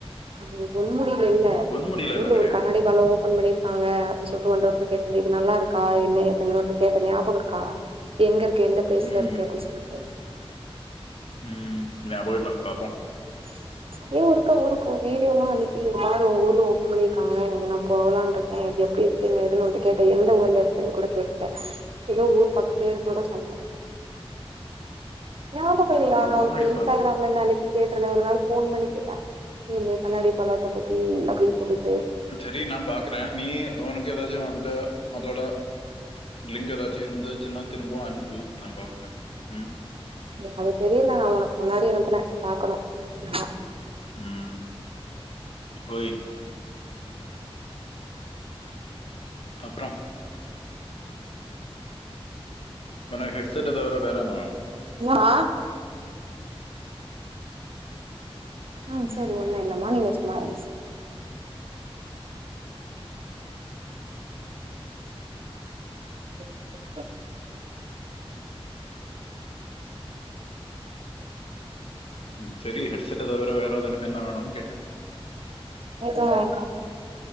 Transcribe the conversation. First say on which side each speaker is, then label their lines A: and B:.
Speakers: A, on the right (about 65°); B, on the left (about 65°).
A: அங்க பொன்முடில இல்ல
B: பொன்முடியில
A: உங்க ஊர்ல
B: எல்லாம் கிடையாது
A: ஒரு கண்ணாடிபாலம் ஓபன் பண்ணிருக் காங்க அப்டி சொல்லட்டு உன்ட ஒருக்கா கேட்டனே இது நல்லா இருக்கா என்ன ஏதுன்னுட்டு கேட்ட ஞாபகம் இருக்கா எங்க இருக் க்கே எந்த பிளேஸ்ல
B: ம்
A: இருக்கு அப்டி சொல்ட்டு
B: ம் ஞாபகோ இல்ல பாப்போ
A: <inaudible> நீ ஒருக்கா ஊருக்கு போ வீடியோ எல்லா அனுபி இந்த மாரி உங்க ஊர்ல ஓப்பன் பண்ணிருக்காங்க இங்க நா போகலான்ருக்கே <unintelligible> அப்டி இருக்கே எதுன்னுட்டு கேட்ட எந்த ஊர்ல இருக்குன்னு கூட கேட்ட ஏதோ ஊர் பக்கோ பேரு கூட சொன்னே ஞாபாக இல்லையா
B: கண்ணாடி
A: நா உனக்கு இன்ஸ்டாகிராம்ல
B: பாலமா
A: இருந்து அனுபி கேட்டுருந்தே ஒரு நாள் போன் பண்ணி கேட்ட இந்த கண்ணாடி பலாத்தை பத்தி அப்டின்னு சொல்லிட்டு
B: செரி நா பாக்குறே நீ உனக்கு ஏதாச்சு அதுட்ட அதோட லிங்க் ஏதாச்சு இருந்துசினா திரும்பவு அனுப்பு நா பாக்கற ம்
A: அது தெரியல உனக்கு முன்னாடி அனுபான பாக்கணு லா
B: ம் ஓய் அப்றோ உனக்கு ஹெட் செட்ட தவிர வேற என்ன வேணு
A: உனா ஆ சரி
B: ம்
A: ஒண்ணு இல்லாம நீங்க சும்மா இருங்க <unintelligible>
B: செரி ஹெட்செட்ட தவிர வேறது வேணுன் கேட்டே
A: எதுவு வேண்டா